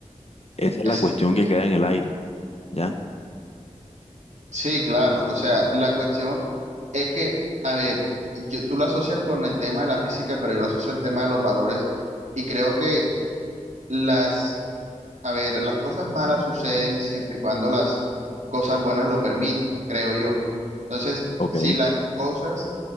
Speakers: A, on the left; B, on the right.
A: esa es
B: Esa.
A: la cuestión que queda en el aire, ¿ya?
B: Sí, claro. O sea, la cuestión es que, a ver, yo- tú lo asocias con el tema de la física, pero yo lo asocio al tema de los valores y creo que las, a ver, las cosas malas suceden siempre y cuando las cosas buenas lo permitan, creo yo. Entonces,
A: Ok.
B: si las cosas